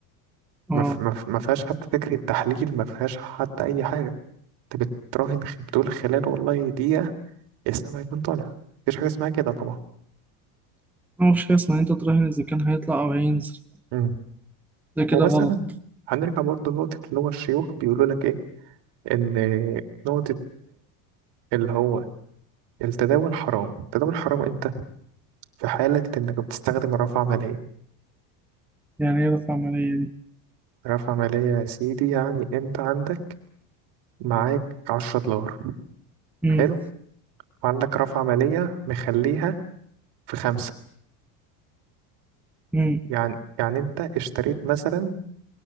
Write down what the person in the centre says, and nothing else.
اه
ما مفيش حاجة اسمها إن انت تراهن اذا كان هيطلع او هينزل
ده كده
غلط
يعني ايه رفع عملية دي
امم
امم